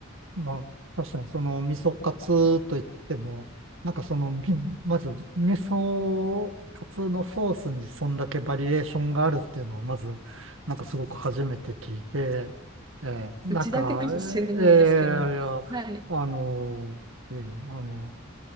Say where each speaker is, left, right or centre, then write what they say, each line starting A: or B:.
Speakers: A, on the right (about 75°); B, on the right (about 20°).
A: まあ、確かにその味噌カツといっても、なんかその、み <laughs> まず味噌カツのソースにそんだけバリエーションがあるっていうのをまず、なんかすごく初めて聞いて、えーなんか、
B: うちだけかもしれないですけど、
A: えーいや、
B: はい。
A: あの、いえあの、